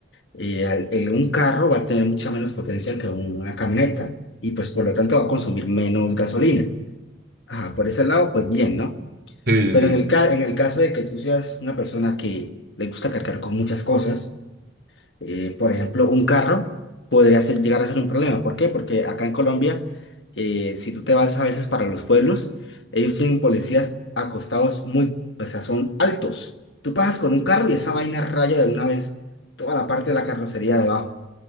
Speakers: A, on the left (about 85°); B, on the right (about 60°).
A: eh, al- el- un carro va a tener mucha menos potencia que una camioneta y pues por lo tanto va a consumir menos gasolina. Ajá, por ese lado, pues bien, ¿no?
B: Sí,
A: Pero
B: sí, sí,
A: en el, ca- en el caso de que tú seas una persona que le gusta cargar con muchas cosas, eh, por ejemplo, un carro podría ser- llegar a ser un problema. ¿Por qué? Porque acá en Colombia, eh, si tú te vas a veces para los pueblos, ellos tienen policías acostados muy, o sea, son altos. Tú pasas con un carro y esa vaina raya de una vez toda la parte de la carrocería de abajo.